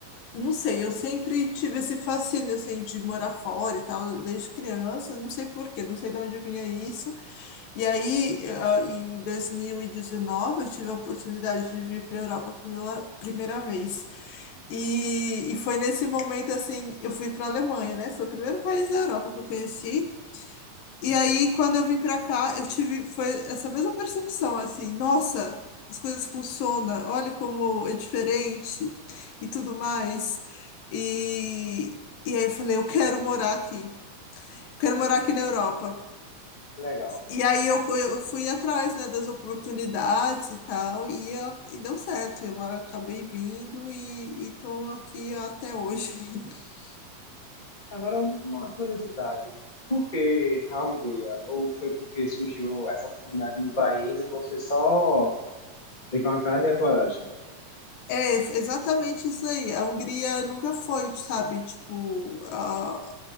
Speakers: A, on the left; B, on the left.
A: não sei, eu sempre tive esse fascínio assim de morar fora e tal, desde criança, não sei por quê, não sei de onde vinha isso, E aí, ah, em 2019, eu tive a oportunidade de vir para a Europa pela primeira vez. E, e foi nesse momento, assim, eu fui para a Alemanha, né? Foi o primeiro país da Europa que eu conheci. E
B: Uhum.
A: aí, quando eu vim para cá, eu tive, foi essa mesma percepção, assim, nossa, as coisas funcionam, olha como é diferente e tudo mais. E, e aí eu falei, eu quero morar aqui. Quero morar aqui na Europa.
B: Legal.
A: E aí eu, fui- eu fui atrás, né, das oportunidades e tal, e, eu- e deu certo. Eu acabei vindo e estou aqui até hoje. <laughs>
B: Agora, uma curiosidade. Por que a Hungria? Ou foi porque surgiu essa oportunidade no país e você só foi com a cara e a coragem?
A: É, exatamente isso aí. A Hungria nunca foi, sabe, tipo, a-